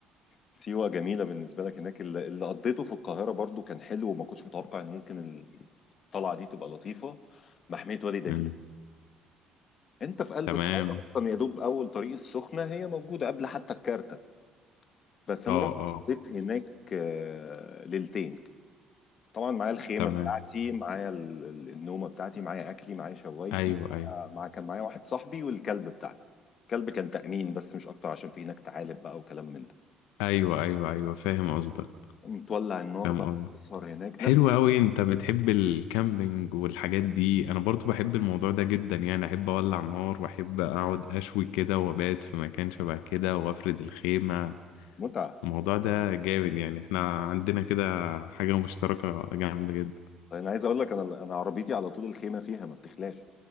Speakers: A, on the left; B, on the left.
A: سيوة جميلة بالنسبة لك هناك اللي اللي قضيته في القاهرة برضو كان حلو وما كنتش متوقع إن ممكن ال- الطلعة دي تبقى لطيفة محمية وادي دجلة
B: مم.
A: أنت في قلب
B: تمام
A: القاهرة أصلا يا دوب أول طريق السخنة هي موجودة قبل حتى الكارتة بس أنا
B: اه
A: رحت
B: اه
A: قضيت هناك آه، ليلتين طبعا معايا الخيمه
B: تمام
A: بتاعتي معايا ال- ال- النومه بتاعتي معايا اكلي معايا شوايتي
B: ايوه
A: معايا
B: ايوه
A: مع كان معايا واحد صاحبي والكلب بتاعتي الكلب كان تأمين بس مش اكتر عشان في هناك تعالب بقى وكلام من ده
B: ايوه ايوه ايوه فاهم قصدك
A: متولع النار
B: فاهم
A: بقى
B: قصدك
A: تسهر هناك
B: حلو
A: نفس
B: قوي انت بتحب الكامبينج والحاجات دي انا برضو بحب الموضوع ده جدا يعني احب اولع نار واحب اقعد اشوي كده وابات في مكان شبه كده وافرد الخيمة
A: متعه
B: الموضوع ده جامد يعني احنا عندنا كده حاجة مشتركة جامدة جدا
A: طيب انا عايز اقول لك انا انا عربيتي على طول الخيمه فيها ما بتخلاش